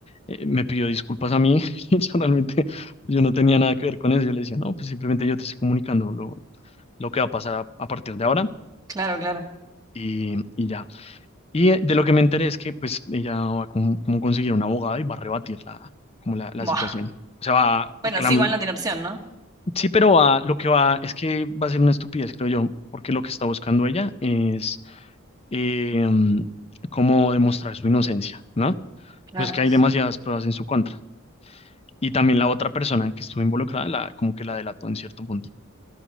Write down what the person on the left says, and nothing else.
eh, me pidió disculpas a mí, <laughs> y yo realmente, yo no tenía nada que ver con eso, yo le decía, no, pues simplemente yo te estoy comunicando lo, lo que va a pasar a, a partir de ahora.
Y, y ya. Y eh, de lo que me enteré es que pues ella va a como, como conseguir un abogado y va a rebatir la, como la, la
situación. O sea, va, a
clam
Sí, pero va, lo que va es que va a ser una estupidez, creo yo, porque lo que está buscando ella es eh, mm, cómo demostrar su inocencia, ¿no?
Pues que hay demasiadas pruebas en su contra. Y también la otra persona que estuvo involucrada, la, como que la delató en cierto punto.